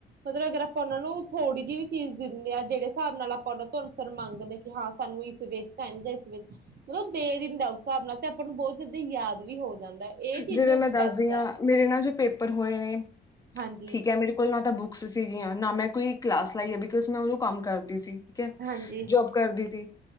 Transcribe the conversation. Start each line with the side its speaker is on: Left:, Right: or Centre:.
Right: ਮਤਲਬ ਅਗਰ ਆਪਾਂ ਉਹਨਾਂ ਨੂੰ ਥੋੜ੍ਹੀ ਜਿਹੀ ਵੀ ਚੀਜ਼ ਦਿੰਦੇ ਹਾਂ। ਜਿਹੜੇ ਹਿਸਾਬ ਨਾਲ ਆਪਾਂ ਉਹਨਾਂ ਤੋਂ ਸਰ ਮੰਗਦੇ ਕਿ ਹਾਂ ਸਾਨੂੰ ਇਸ ਵੇ ਚ ਚਾਹੀਦਾ, ਇਸ ਵੇ ਚ। ਮਤਲਬ ਉਹ ਦੇ ਦਿੰਦਾ ਉਸ ਹਿਸਾਬ ਨਾਲ ਤੇ ਆਪਾਂ ਨੂੰ ਬਹੁਤ ਜਲਦੀ ਯਾਦ ਵੀ ਹੋ ਜਾਂਦਾ। ਇਹ ਚੀਜ਼
Left: ਜਿਵੇਂ ਮੈਂ ਦੱਸਦੀ
Right: ਬੈਸਟ
Left: ਹਾਂ,
Right: ਹੈ
Left: ਮੇਰੇ ਨਾਲ ਜੋ ਪੇਪ ਪਰ ਹੋਇਆ ਇਹ
Right: ਹਾਂਜੀ
Left: ਠੀਕ ਹੈ। ਮੇਰੇ ਕੋਲ ਨਾ ਤਾਂ ਬੁੱਕ ਬੁਕਸ ਸੀਗੀਆਂ। ਨਾ ਮੈਂ ਕੋਈ ਕਲਾਸ ਲਾਈ ਆ ਬਿਕੋਜ਼ ਮੈਂ ਉਦੋਂ ਕੰਮ ਕਰਦੀ ਸੀ। ਠੀਕ ਹੈ,
Right: ਹਾਂਜੀ
Left: ਜੋਬ ਕਰਦੀ ਸੀ।